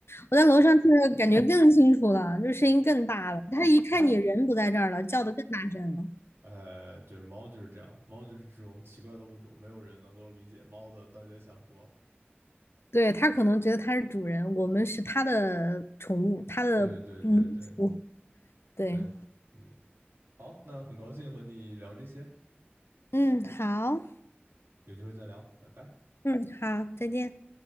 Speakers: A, on the left; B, on the right.
A: 我在楼上听着感觉更清楚了，就是声音更大了。他一看你人不在这儿了，叫的更大声了。
B: 呃，对，猫就是这样，猫就是这种奇怪的物种，没有人能够理解猫的到底在想什么。
A: 对，他可能觉得他是主人，我们是他的宠物，他的奴仆。
B: 对对对对
A: 对。
B: 对，嗯，好，那很高兴和你聊这些，
A: 嗯，好，
B: 有机会再聊，拜拜。
A: 嗯，好，再见。